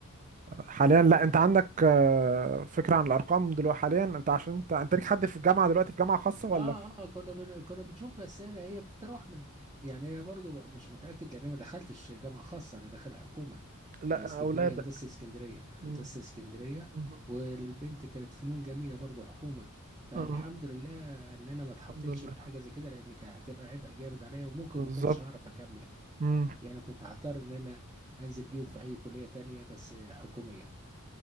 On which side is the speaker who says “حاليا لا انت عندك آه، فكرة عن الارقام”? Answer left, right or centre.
Right